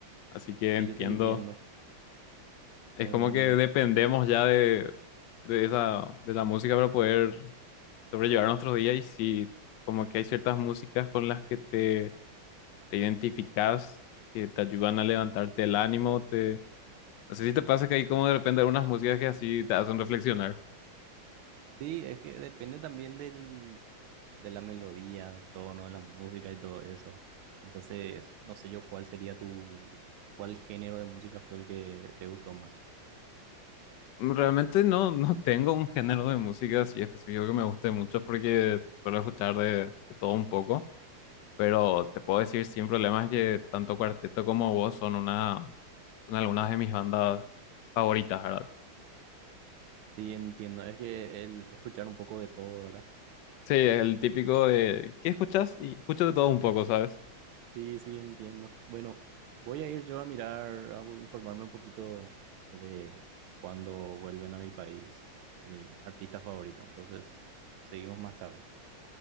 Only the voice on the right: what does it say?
Sí, yo te entiendo.
No,
n-
sí, es que depende también del, de la melodía, del tono de la música y todo eso. Entonces, no sé yo cuál sería tu, cuál género de música fue el que te gustó más.
Sí, entiendo. Es que el escuchar un poco de todo, ¿verdad?
Sí, sí, entiendo. Bueno, voy a ir yo a mirar, a bu- informarme un poquito de cuándo vuelven a mi país, mi artista favorito. Entonces, seguimos más tarde.